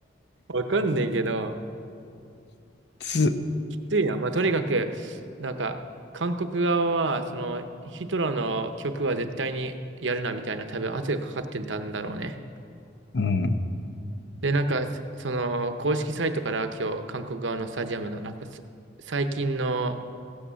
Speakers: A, on the right; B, on the left.
A: とわかんねえけど、
B: つ、
A: きついな。まあ、とにかく、なんか、韓国側は、その、ヒトラーの曲は絶対にやるなみたいな、多分圧がかかってたんだろうね。
B: うん。
A: で、なんか、そその、公式サイトから今日、韓国側のスタジアムの、なんかす、最近の